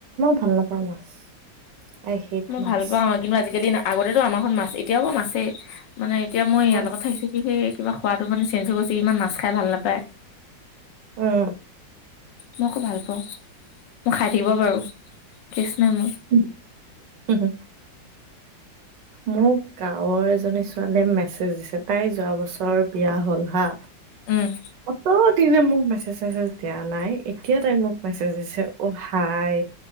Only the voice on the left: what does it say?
মই
ভাল পাওঁ কিন্তু আজিকালি, আগতেটো আমাৰ ঘৰত মাছেই। এতিয়াও পুৰা মাছেই। মানে এতিয়া মই ইয়াৰ
লগত থাকি থাকি সেই কিবা খোৱাটো মানে চেঞ্জ হৈ গৈছে, ই ইমান মাছ খাই ভাল নাপায়।
মই আকৌ ভাল পাওঁ, মই খাই থাকিব পাৰোঁ। কেছ নাই মোৰ।
উম্।